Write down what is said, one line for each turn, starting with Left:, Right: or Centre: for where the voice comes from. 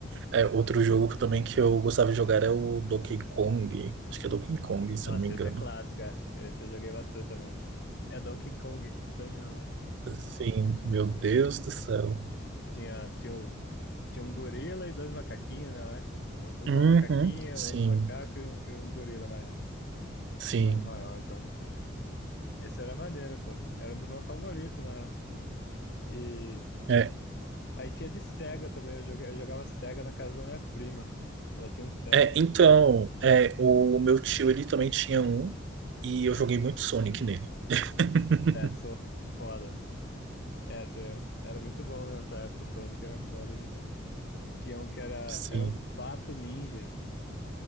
Right: É, outro jogo que eu também que eu gostava de jogar é o Donkey Kong. Acho que é Donkey Kong, se
Left: Nossa,
Right: eu não me engano.
Left: esse é clássico, é. Esse eu joguei bastante também. É Donkey Kong, isso aí mesmo.
Right: Sim, meu Deus do céu.
Left: Tinha, tinha, o- tinha um gorila e dois macaquinhos, né, eu acho. Uma
Right: Uhum,
Left: macaquinha,
Right: sim,
Left: outro macaco e um, e um gorila mais,
Right: sim.
Left: maior e tal. Esse era maneiro, pô. Era um dos meus favoritos, na real. E
Right: É,
Left: Aí tinha de Sega também, eu joga- eu jogava, Sega na casa da minha prima. Ela tinha um Sega.
Right: é, então, é, o meu tio ele também tinha um e eu joguei muito Sonic nele. <laughs>
Left: É, Sonic, foda. É, Essa é, era muito bom nessa época, o Sonic era foda demais. Tinha um que era,
Right: Sim.
Left: era um pato ninja.